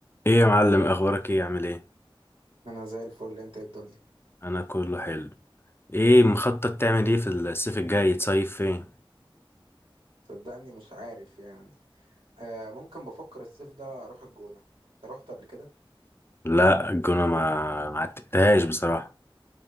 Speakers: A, on the left; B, on the right.
A: ايه يا معلم اخبارك ايه عامل ايه
B: انا زي الفل انت إيه الدنيا
A: انا كله حلو ايه مخطط تعمل ايه في الصيف الجاي تصيف فين
B: صدقني مش عارف يعني آه ممكن بفكر الصيف ده اروح الجونة انت رحت قبل كده
A: لا الجونة ما ما عتبتهاش بصراحة